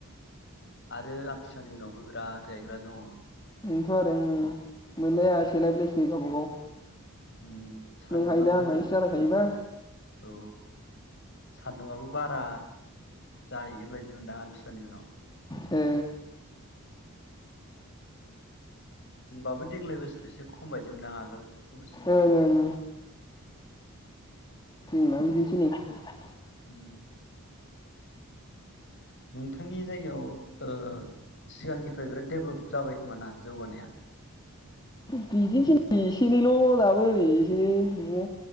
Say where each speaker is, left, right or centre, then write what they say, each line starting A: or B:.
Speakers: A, on the left (about 50°); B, on the left (about 20°).
A: आरो आमथिसुवानि उनावबो बिराद गायग्रा दङ।
B: ओमथ' आरो औ मोनलाया सेलाय बेलायसै गावबागाव।
A: उम सान्दुंआबो
B: नों हायोना आं हायोसो जालायखायोबा।
A: औ सान्दुंआबो बारा जाहैगोन बायदि मोनदां आमथिसुवानि उनाव।
B: ओ
A: होमबाबो देग्लाय बोसोराव एसे खम बायदि मोनदों आगोल बोसोरनिफ्राय
B: ओं ओं ओं। जोंना बिदिनोसै नेै?
A: ओम नोंथांनि जायगायाव ओ सिगांनिफ्राय बिराद डेभलप जाबाय खोमा ना जौगानाया?
B: बिदिनोसै एसे एनैल' दाबो नै एसे एनै बिदिनो